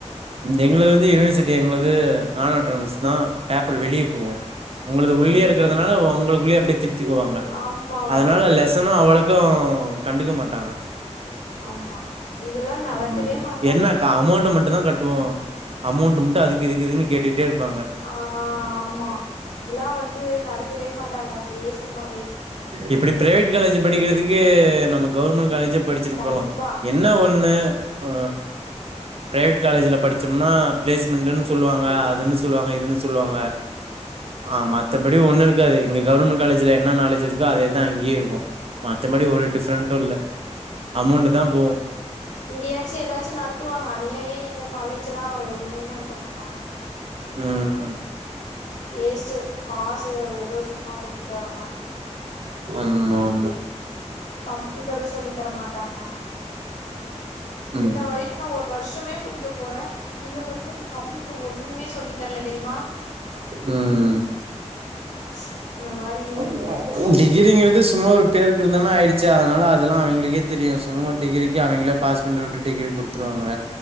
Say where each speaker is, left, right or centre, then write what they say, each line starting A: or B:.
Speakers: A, on the right; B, on the left.
A: எங்களுது வந்து யூனிவர்சிட்டி எங்களது நான் அட்டானமஸ் தான் பேப்பர் வெளியே போவும் உங்களது உள்ளேயே
B: ம்
A: இருக்கறிறதுனால உங்களுக்கு அப்படியே திருத்திக்குவாங்க
B: ஆமா வாட்டுக்கு
A: அதனால லெ னும் அவளுக்கும் கண்டுக்க மாட்டாங்க
B: ஆமா இங்கெல்லாம் நடத்தவே
A: ம்
B: மாட்ட
A: என்ன க அமௌண்ட் மட்டும்தான் கட்டுவோம் அமௌண்ட் மட்டு அதுக்கு இதுக்கு இதுக்குன்னு கேட்டுக்கிட்டே இருப்பாங்க
B: ஆ ஆமா இங்கெல்லாம் வந்து நடத் த்தவே மாட்டாங்க அப்படியே சும்மா
A: இப்படி பிரைவேட் காலேஜ் படிக்கிறதுக்கு நம்ம கவர்மெண்ட் காலேஜ படிச்சுட்டு
B: கண்டிப்பா
A: போலாம் என்ன ஒண்ணு ஆ பிரைவேட் காலேஜ்ல படிச்சோம்னா பிளேஸ்மெண்ட்னு சொல்லுவாங்க அதுன்னு சொல்லுவாங்க இதுன்னு சொல்லுவாங்க ஆ மத்தபடி ஒண்ணு இருக்காது இங்க கவர்ன்மெண்ட் காலேஜ்ல என்ன நாலேஜ் இருக்கோ அதேதா இங்கயு இருக்கு மத்தபடி ஒரு டிஃப்ரெண்டு இல்ல அமௌண்ட் தா போவு
B: இங்கயாச்சு எதாச்சும் நடத்துவாங்களா நீயே ஏன் எங்க காலேஜ்லா ஒன்னுமே நடத்த மாட்டாங்க
A: ம்
B: வேஸ்ட்டு காசு எதோ சும்மா குடுத்துட்டு வர மாரிதா
A: அம் மா மா
B: கம்ப்யூட்டரு சொல்லி தரமாட்டாங்க இன்ன
A: ம்
B: வரையு நா ஒரு வருஷமே முடிக்க போற இன்ன வரையு கம்ப்யூட்டர் ஒண்ணுமே சொல்லி தரல தெரியுமா
A: ம்ம்
B: <inaudible>
A: ஓகே
B: இதாயிடுச்சு
A: டிகிரிங்கிறது சும்மா ஒரு பேருக்கு இருந்த மாரி ஆய்டுச்சு அதனால அதெல்லா அவிங்களுக்கே தெரியு சும்மா டிகிரிக்கு அவிங்களே பாஸ் பண்டி விட்டு டிகிரி குடுத்துருவாங்க